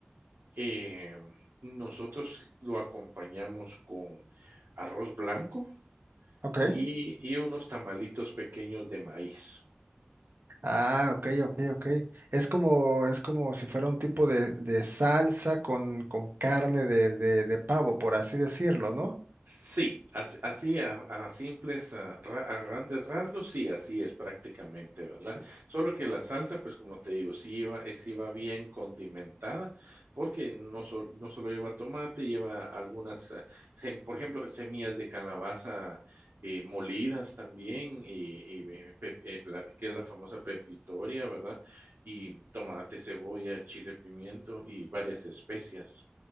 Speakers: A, on the right; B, on the right.
A: Em, nosotros lo acompañamos con arroz blanco
B: ok.
A: y y unos tamalitos pequeños de maíz.
B: Ah, ok, ok, ok. Es como, es como si fuera un tipo de, de salsa con, con carne de, de, de pavo, por así decirlo, ¿no?
A: Sí, as- así a, a simples, a, ra- a grandes rasgos, sí, así es prácticamente, ¿verdad?
B: S-
A: Solo que la salsa, pues como te digo, sí lleva, eh, sí va bien condimentada, porque no, sol- no solo lleva tomate, lleva algunas, ah, sem- por ejemplo, semillas de calabaza eh, molidas también, y, y ve- pep- eh, la- que es la famosa pepitoria, ¿verdad? Y tomate, cebolla, chile, pimiento y varias especias,